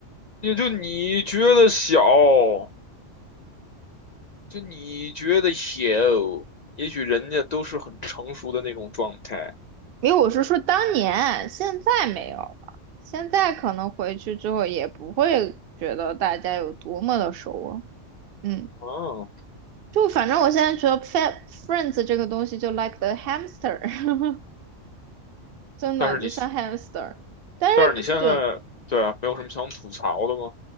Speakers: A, on the left; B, on the right.
A: 也就你觉得小，就你觉得小，也许人家都是很成熟的那种状态
B: 因为我是说当年，现在没有了，现在可能回去之后也不会觉得大家有多么的熟了。嗯。
A: 啊。
B: 就反正我现在觉得 fa- Friends 这个东西就 like the hamster，<laughs> 真的就像
A: 但是你，
B: hamster，但是就
A: 但是你现在，对啊，没有什么想吐槽的吗？